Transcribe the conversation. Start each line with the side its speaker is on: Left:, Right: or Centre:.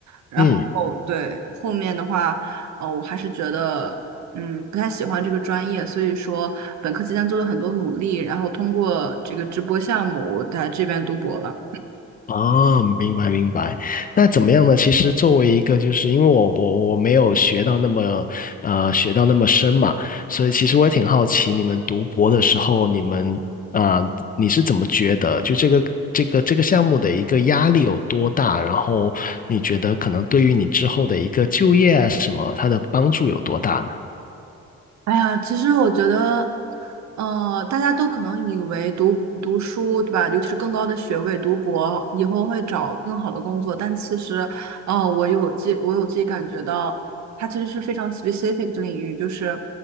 Right: 然后对后面的话，
Left: 嗯。
Right: 呃，我还是觉得，嗯，不太喜欢这个专业，所以说本科期间做了很多努力，然后通过这个直播项目，我在这边读博了。
Left: 啊，明白明白。那怎么样呢？其实作为一个，就是因为我我我没有学到那么呃学到那么深嘛，所以其实我也挺好奇，你们读博的时候，你们啊、呃你是怎么觉得就这个这个这个项目的一个压力有多大？然后你觉得可能对于你之后的一个就业啊什么，它的帮助有多大呢？
Right: 哎呀，其实我觉得，呃，大家都可能以为读读书，对吧？尤其是更高的学位，读博以后会找更好的工作，但其实，呃，我有自己我有自己感觉到，它其实是非常 specific 的领域，就是